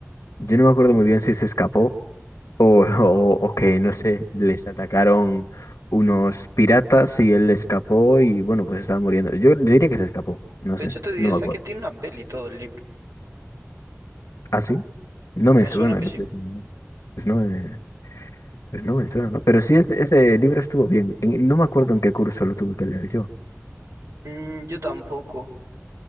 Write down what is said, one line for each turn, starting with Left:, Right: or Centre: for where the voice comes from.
Left: Yo no me acuerdo muy bien si se escapó o, o, o que, no sé, les atacaron unos piratas y él escapó y, bueno, pues estaba muriendo. Yo, yo diría que se escapó. No
Right: De
Left: sé.
Right: hecho, te diría
Left: No me
Right: hasta
Left: acuerdo.
Right: que tiene una peli todo el libro.
Left: ¿Ah, sí? No me
Right: Me
Left: suena.
Right: suena que
Left: que-
Right: sí.
Left: Pues no me. Pues no, me suena, ¿no? Pero sí, ese, ese libro estuvo bien. En- no me acuerdo en qué curso lo tuve que leer yo.
Right: Mm, yo tampoco.